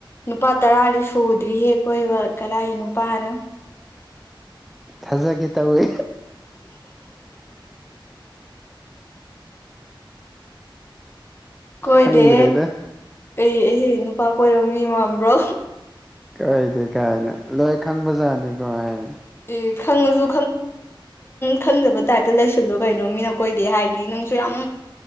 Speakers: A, on the left; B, in the centre.
A: ꯅꯨꯄꯥ ꯇꯔꯥꯗꯤ ꯁꯨꯗ꯭ꯔꯤꯍꯦ ꯀꯣꯏꯕ ꯀꯔꯥꯏ ꯅꯨꯄꯥꯅꯣ
B: ꯊꯖꯒꯦ ꯇꯧꯋꯦ
A: ꯀꯣꯏꯗ
B: ꯈꯪꯗ꯭ꯔꯦꯗ
A: ꯑꯩ ꯄꯥꯛ ꯀꯣꯏꯕ ꯃꯤ ꯃꯥꯟꯕ꯭ꯔꯣ
B: ꯀꯩꯗ ꯀꯥꯏꯅ ꯂꯣꯏ ꯈꯪꯕꯖꯥꯠꯅꯤꯀꯣ ꯑꯩ
A: ꯑꯦ ꯈꯪꯉꯁꯨ ꯈꯪꯗꯕ ꯇꯥꯏꯞꯇ ꯂꯩꯁꯜꯂꯣ ꯀꯩꯅꯣ ꯃꯤꯅ ꯀꯣꯏꯗꯦ ꯍꯥꯏꯗꯤ ꯅꯪꯁꯨ ꯌꯥꯝ